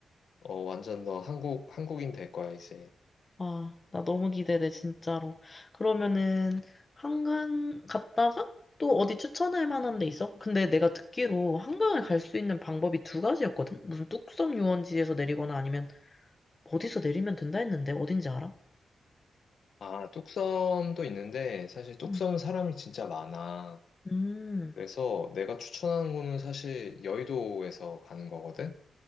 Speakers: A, on the left; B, on the left.
A: 어, 완전 너 한국, 한국인 될 거야, 이제.
B: 와, 나 너무 기대돼, 진짜로. 그러면은, 한강 갔다가 또 어디 추천할 만한 데 있어? 근데 내가 듣기로 한강을 갈 수 있는 방법이 두 가지였거든? 무슨 뚝섬 유원지에서 내리거나 아니면 어디서 내리면 된다 했는데, 어딘지 알아?
A: 아, 뚝섬도 있는데 사실 뚝섬은
B: 응,
A: 사람이 진짜 많아.
B: 음,
A: 그래서 내가 추천하는 거는 사실 여의도에서 가는 거거든?